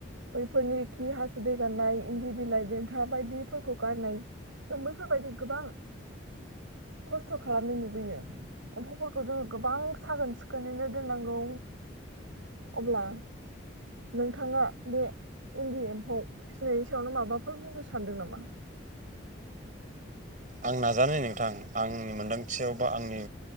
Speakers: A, on the right (about 80°); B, on the right (about 40°).
A: बैफोरनि खि हासुदै गारनाय इन्दि बिलाइ देन्था बायदिफोरखौ गारनाय जों बैफोरबायदि गोबां खस्थ खालामनाय नुबोयो एम्फौफोरखौ जोङो गोबां सागोन सिखोनैनो दोननांगौ अब्ला नोंथाङा बे इन्दि एम्फौ फिसिनायनि सायावनो माबाफोर बुंनो सानदों नामा
B: आं नाजानाय नोंथां आंनि मोनदांथियाव बा आंनि